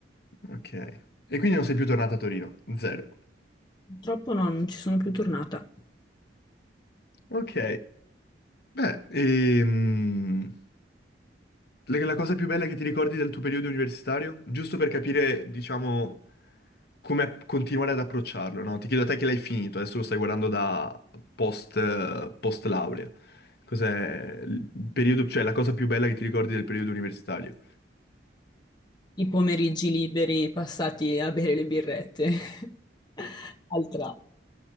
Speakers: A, on the left (about 60°); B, on the left (about 25°).
A: Ok. E quindi non sei più tornato a Torino, zero.
B: Purtroppo no, non ci sono più tornata.
A: Ok. Beh, ehm, le- la cosa più bella che ti ricordi del tuo periodo universitario? Giusto per capire, diciamo, come a- continuare ad approcciarlo, no? Ti chiedo a te che l'hai finito, adesso lo stai guardando da post, eh, post laurea. Cos'è il periodo, cioè la cosa più bella che ti ricordi del periodo universitario?
B: I pomeriggi liberi passati a bere le birrette. <laughs> Altra,